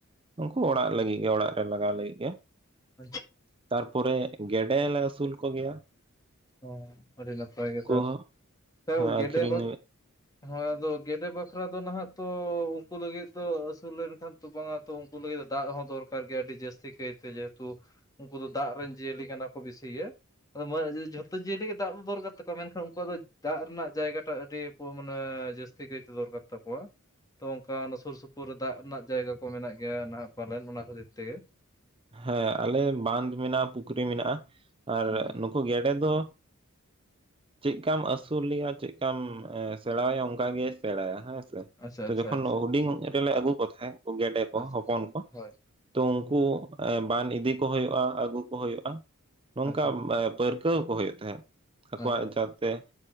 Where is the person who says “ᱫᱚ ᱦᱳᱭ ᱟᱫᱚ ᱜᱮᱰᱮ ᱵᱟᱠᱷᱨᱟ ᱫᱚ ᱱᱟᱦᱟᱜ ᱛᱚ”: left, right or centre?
Left